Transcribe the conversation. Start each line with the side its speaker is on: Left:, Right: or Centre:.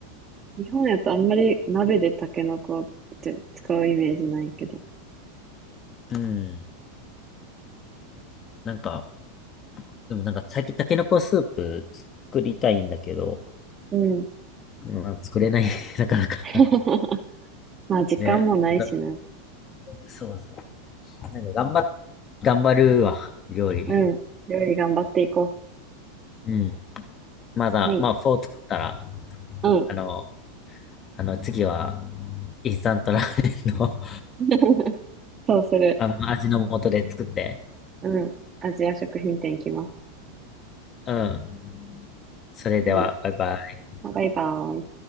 Right: い。日本やとあんまり鍋でタケノコって使うイメージないけど。
Left: うん。なんか、でもなんか最近タケノコスープ作りたいんだけど、
Right: うん。
Left: まあ、作れない、<laughs> なかなか。
Right: <laughs> まあ時間もないしね。
Left: ね。なそうそう。なんか頑張っ、頑張るわ、料理。
Right: うん。料理頑張っていこ
Left: うん。まだ、
Right: う。はい。
Left: まあ、フォー作ったら、
Right: うん。
Left: あの、あの、次は、インスタントラーメンの
Right: <laughs> そうする。
Left: <laughs> あの味の素で作って。
Right: うん。アジア食品店行きます。
Left: うん。それでは、
Right: はい。
Left: バイバイ。
Right: あバイバイ。